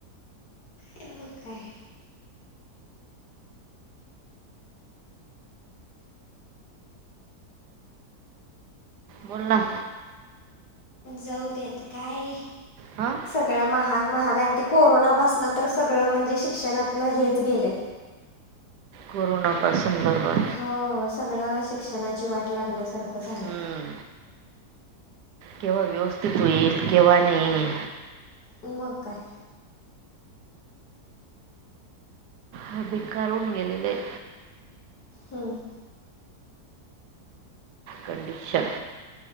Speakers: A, on the left; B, on the right.
A: काय म्हणताय?
B: बोल ना.
A: जाऊ देत काय.
B: आ.
A: सगळं महाग महाग आणि ते कोरोनापासनं तर सगळं म्हणजे शिक्षणातलं हेच गेलंय.
B: कोरोनापासून बरबर.
A: हो सगळं शिक्षणाची वाट लागल्यासारखं झालंय.
B: हम्म केव्हा व्यवस्थित व्हील केव्हा नई
A: मग काय.
B: ह बेकार होऊन गेलेल हाय.
A: हम्म.
B: कंडिशन.